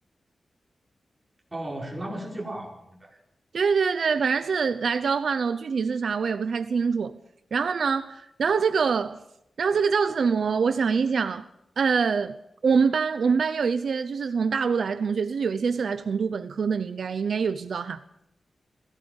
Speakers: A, on the right (about 20°); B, on the right (about 70°).
A: 哦，是拉莫斯计划啊，我明白。
B: 对对对，反正是来交换的，具体是啥我也不太清楚。然后呢，然后这个，然后这个叫什么？我想一想，呃，我们班我们班有一些就是从大陆来的同学，就是有一些是来重读本科的，你应该应该有知道哈。